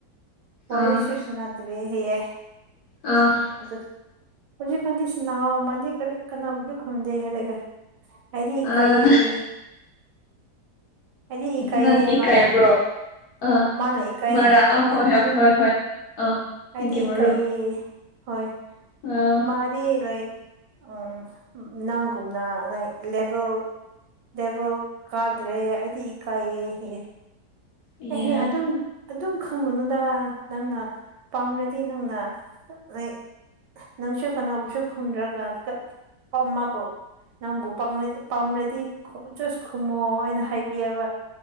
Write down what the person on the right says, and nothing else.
ꯋꯥꯔꯤꯁꯨꯨ
ꯁꯅꯥꯗꯔꯦ ꯍꯥꯢꯌꯦ
ꯑꯗꯨ ꯍꯧꯖꯤꯀꯟꯗꯤ ꯁꯨꯅꯋꯣ ꯃꯥꯗꯤ ꯀꯔꯤ ꯀꯅꯥꯕꯨꯗꯤ ꯈꯨꯝꯗꯦ ꯍꯥꯏꯔꯒ ꯑꯩꯗꯤ ꯏꯀꯩꯌ‌ꯦ
ꯑꯩꯗꯤ ꯏꯀꯥꯏ
ꯍꯥꯏꯌꯦ
ꯃꯥꯅ
ꯃꯥꯅ ꯏꯀꯥꯏ
ꯍꯥꯏꯌꯦ
ꯑꯩꯒꯤ
ꯃꯔꯨꯞꯅ
ꯑꯩꯗꯤ
ꯏꯀꯥꯏꯌꯦ
ꯍꯣꯏ
ꯃꯥꯗꯤ ꯂꯥꯏꯛ ꯎꯝ ꯅꯪꯒꯨꯝꯅ ꯂꯥꯏꯛ ꯂꯦꯕꯦꯜ ꯂꯦꯕꯦꯜ ꯀꯗ꯭ꯔꯦ ꯑꯩꯗꯤ ꯏꯀꯥꯏꯌꯦ ꯍꯥꯢꯌꯦ
ꯑꯦꯍꯦ ꯑꯗꯨꯝ ꯑꯗꯨꯝ ꯈꯪꯒꯅꯨꯗ ꯅꯪꯅ ꯄꯥꯝꯔꯗꯤ ꯅꯪꯅ ꯂꯥꯏꯛ ꯅꯪꯁꯨ ꯀꯅꯥꯕꯨꯁꯨ ꯈꯨꯝꯗ꯭ꯔꯒ ꯀ ꯄꯝꯃꯕꯨ ꯅꯪꯕꯨꯄꯡꯂꯗꯤ ꯄꯝꯔꯗꯤ ꯖꯁ ꯈꯨꯃꯣ ꯑꯩꯅ ꯍꯥꯏꯕꯤꯌ‌ꯦꯕ